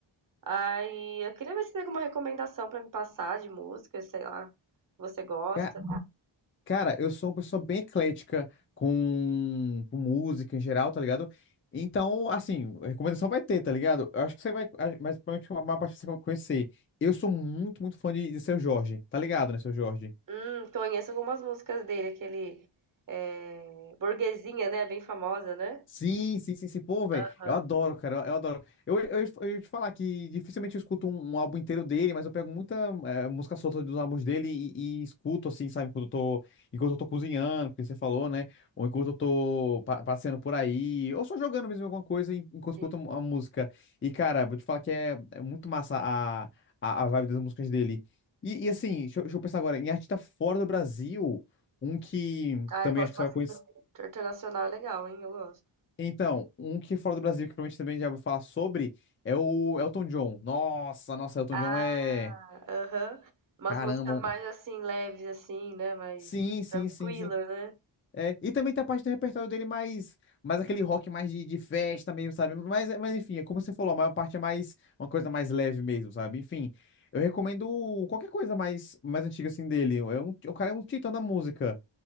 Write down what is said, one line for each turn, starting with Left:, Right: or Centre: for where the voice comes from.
Right: Aí eu queria ver se tem alguma recomendação pra me passar de música, sei lá, que você gosta.
Left: Ca- cara, eu sou uma pessoa bem eclética com, com música em geral, tá ligado? Então, assim, recomendação vai ter, tá ligado? Eu acho que você vai, ah, mas provavelmente uma, uma parte você vai conhecer. Eu sou muito, muito fã de, de Seu Jorge, tá ligado, né, Seu Jorge?
Right: Hum, conheço algumas músicas dele, aquele é, Burguesinha, né? Bem famosa, né?
Left: Sim, sim, sim, sim. Pô, velho,
Right: Aham,
Left: eu adoro, cara, eu, eu adoro. Eu, eu, eu ia te falar que dificilmente eu escuto um, um álbum inteiro dele, mas eu pego muita eh, música solta dos álbuns dele e, e escuto, assim, sabe, quando eu tô, enquanto eu tô cozinhando, que você falou, né? Ou enquanto eu tô pa- passeando por aí, ou só jogando mesmo alguma coisa en- enquanto eu escuto
Right: sim.
Left: a música. E, cara, vou te falar que é, é muito massa a, a, a vibe das músicas dele. E, e assim, deixa, eu- deixa eu pensar agora, em artista fora do Brasil, um que
Right: Ah,
Left: também
Right: eu gosto
Left: acho que
Right: bastante.
Left: você vai conhecer.
Right: Internacional é legal, hein? Eu gosto.
Left: Então, um que fora do Brasil, que provavelmente também já ouviu falar sobre, é o Elton John. Nossa, nossa, Elton
Right: Ah,
Left: John é.
Right: aham. Umas
Left: Caramba.
Right: músicas
Left: um-
Right: mais assim, leves, assim, né? Mais
Left: Sim, sim,
Right: tranquila,
Left: sim, sim.
Right: né?
Left: É, e também tem a parte do repertório dele mais, mais aquele rock mais de, de festa mesmo, sabe? Mas, mas enfim, é como você falou, a maior parte é mais uma coisa mais leve mesmo, sabe? Enfim, eu recomendo qualquer coisa mais, mais antiga assim dele. É um, o cara é um titã da música.